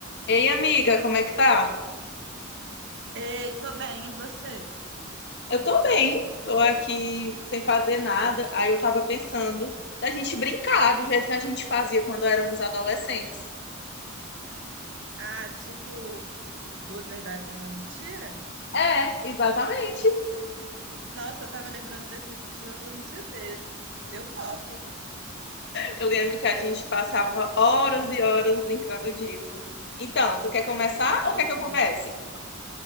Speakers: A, on the left; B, on the right.
A: Ei, amiga, como é que tá?
B: Ei, tô bem, e você?
A: Eu tô bem, tô aqui sem fazer nada. Aí eu tava pensando da gente brincar do jeito que a gente fazia quando éramos adolescentes.
B: Ah, tipo, duas verdades e uma mentira?
A: É, exatamente.
B: Nossa, eu tava lembrando desse jogo um dia desses. Eu topo.
A: Eu lembro que a gente passava horas e horas brincando disso. Então, tu quer começar
B: Sim.
A: ou quer que eu comece?